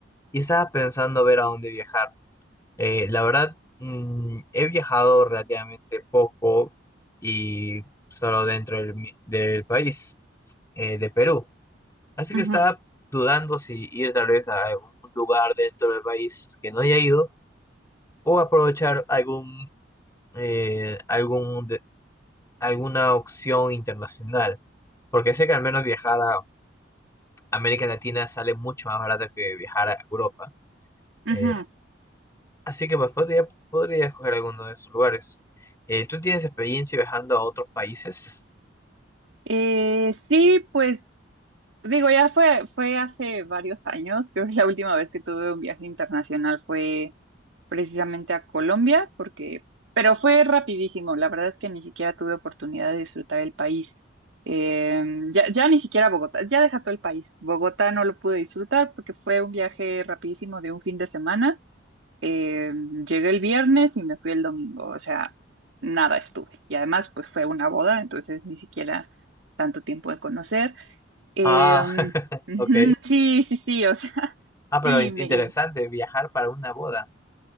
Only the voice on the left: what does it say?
y estaba pensando ver a dónde viajar. Eh, la verdad, mm, he viajado relativamente poco y solo dentro del, mi- del país, eh, de Perú. Así
que estaba dudando si ir tal vez a algún lugar dentro del país que no haya ido o aprovechar algún, eh, algún alguna opción internacional, porque sé que al menos viajar a América Latina sale mucho más barato que viajar a Europa.
Eh, así que pues podría, podría escoger alguno de esos lugares. Eh, ¿tú tienes experiencia viajando a otros países?
Ah, <laughs>
ok.
Ah, pero
in-
interesante,
viajar para una boda.